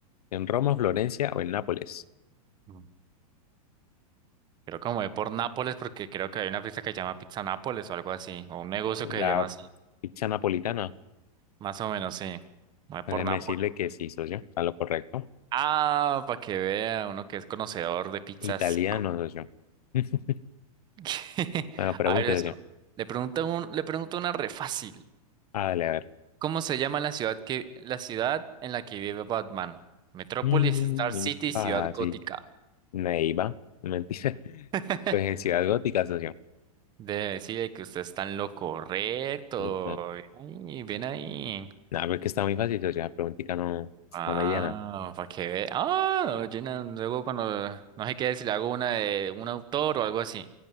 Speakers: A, on the left; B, on the right.
A: ¿En Roma, Florencia o en Nápoles?
B: mm, creo que me voy por Nápoles porque creo que hay una pizza que se llama Pizza Nápoles o algo así, o un negocio que
A: La
B: se llama así.
A: pizza napolitana.
B: Más o menos, sí. Voy
A: Pues
B: por
A: Déjeme
B: Nápoles.
A: decirle que sí, socio. A lo correcto.
B: Ah, para que vea uno que es conocedor de pizzas.
A: Italiano,
B: y co-
A: socio. <laughs>
B: <laughs>
A: Bueno, pregunta,
B: A ver eso. Le pregunto un, le pregunto una re fácil.
A: Ah, dale, a ver.
B: ¿Cómo se llama la ciudad que, la ciudad en la que vive Batman? Metrópolis,
A: Mm,
B: Star
A: Muy
B: City,
A: fácil.
B: Ciudad Gótica.
A: Neiva. Mentira. <laughs>
B: <laughs>
A: Pues en Ciudad Gótica, socio.
B: Debe decir que usted está en lo correcto.
A: eh,
B: Ven ahí, ven ahí.
A: Nada, pero es que está muy fácil, socio. La preguntita no,
B: Ah,
A: no me llena.
B: para que vea. Ah, llena, luego cuando no sé qué si le hago una de un autor o algo así.